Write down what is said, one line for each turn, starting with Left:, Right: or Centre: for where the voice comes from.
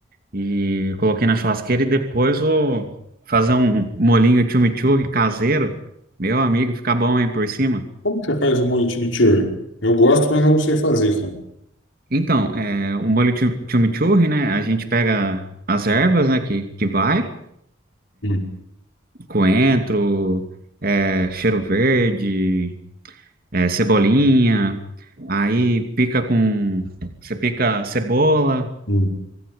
Right: e coloquei na churrasqueira e depois vou fazer um molinho chimichurri caseiro. Meu amigo, fica bom, hein, por cima.
Left: Como que você faz o molho chimichurri? Eu gosto, mas eu não sei fazer, cara.
Right: Então, é, o molho chim- chimichurri, né? A gente pega as ervas, né, que, que vai.
Left: Hum,
Right: coentro, é, cheiro verde, é, cebolinha. Aí pica com. Você pica cebola,
Left: hum,